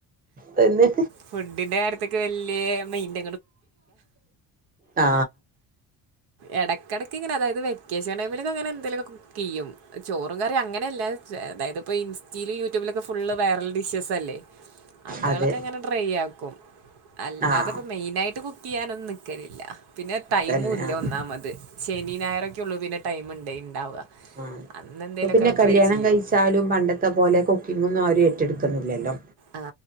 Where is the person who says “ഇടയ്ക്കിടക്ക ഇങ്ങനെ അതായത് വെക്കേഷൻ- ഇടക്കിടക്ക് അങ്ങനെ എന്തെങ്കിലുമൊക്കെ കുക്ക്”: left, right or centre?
Right